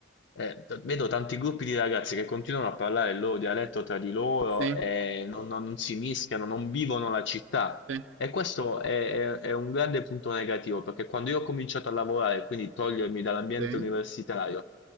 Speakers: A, on the left; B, on the right.
A: Eh, t- vedo tanti gruppi di ragazzi che continuano a parlare il loro dialetto tra di loro
B: sì,
A: e non, non- non si mischiano, non vivono la città.
B: sì,
A: E questo è, è- è un grande punto negativo, perché quando io ho cominciato a lavorare, quindi togliermi dall'ambiente
B: sì.
A: universitario